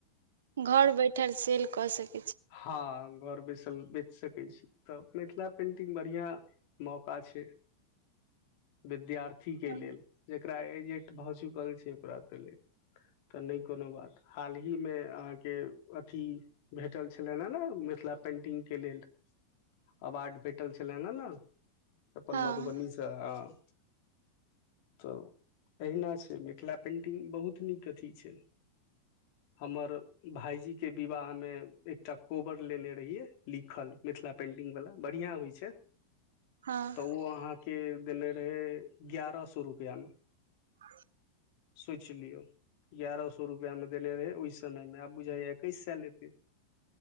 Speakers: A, on the right; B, on the left.
A: घर बैठल सेल कऽ सकी
B: हँ घर बैसल बेच सकै छी तऽ मिथिला पेन्टिंग बढ़िआँ मौका छै विद्यार्थीके
A: हँ
B: लेल जेकरा एजेट भऽ चुकल छै पूरा पले तऽ नहि कोनो बात हाल ही मे अहाँके अथी भेट भेटल छलनि ह ने मिथिला पेंटिंग के लेल अवार्ड भेटल छलनि हे ने अपन
A: हँ
B: मधुबनीसँ ह
A: <unintelligible>
B: तऽ अहिना छै मिथिला पेन्टिंग बहुत नीक अथी छै हमर भायजी के विवाहमे एकटा कोबर लेने रहियै लिखल मिथिला पेंटिंग वाला बढ़िया होय छै
A: हँ
B: तऽ ओ अहाँके देने रहै एगारह सए रुपैआमे
A: आ
B: सोचि लियौ एगारह सए रुपआ मे देने रहै ओहि समय मे आब बुझा एकैस सए लेते